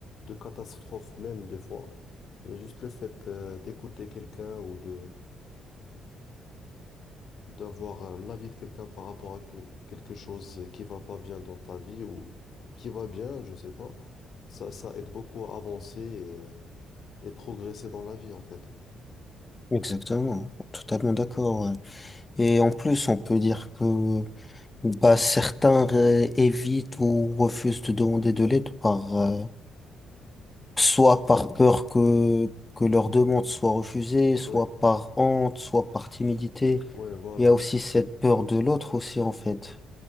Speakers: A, on the left (about 60°); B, on the left (about 20°).
A: de catastrophes même des fois. Et juste le fait euh, d'écouter quelqu'un ou de, d'avoir euh, l'avis de quelqu'un par rapport à que- quelque chose qui va pas bien dans ta vie ou qui va bien, je sais pas, ça, ça aide beaucoup à avancer et, euh, et progresser dans la vie, en fait.
B: Exactement, totalement d'accord. ouais. Et en plus, on peut dire que bah, certains euh, évitent ou refusent de demander de l'aide par euh, soit par peur que, que leur demande soit refusée, soit
A: Oui,
B: par honte, soit par timidité.
A: ouais, voilà.
B: Il y a aussi cette peur de l'autre aussi en fait,